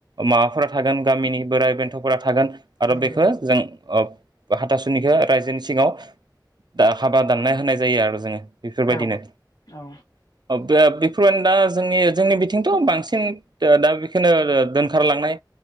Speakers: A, on the right; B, on the left.
A: माबाफोरा थागोन गामिनि बोराइ बेन्थ'फोरा थागोन आरो
B: नंगौ
A: बेखौ जों ओ हाथासुनिखौ रायजोनि सिङाव दा हाबा दानना होनाय जायो आरो जोङो बेफोरबायदिनो
B: औ औ
A: ओप बो बेफोरबायदि दा जोंनि जोंनि बिथिंथ' बांसिन दा बेखौनो दोनखारलांनाय